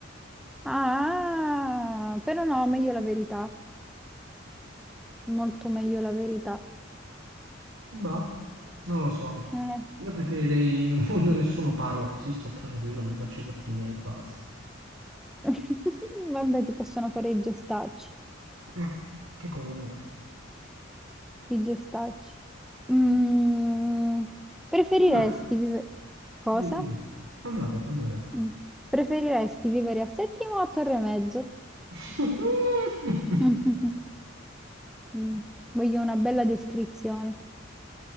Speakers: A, in the centre; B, on the right.
A: Ah, però no, meglio la verità. Molto meglio la verità.
B: Ma non lo so.
A: Eh.
B: Io preferirei un mondo in cui nessuno parla, così sto tranquillo, mi faccio i fatti miei e basta.
A: <laughs> Vabbè, ti possono fare i gestacci.
B: Eh, che comunque.
A: di gestacci. Mm, preferiresti
B: Fammela te,
A: vivere... Cosa?
B: dimmi, dimmi. Fammela te, fammela te.
A: Mm. Preferiresti vivere a Settimo o a Torre Mezzo?
B: <laughs>
A: <laughs> Mm, Voglio una bella descrizione.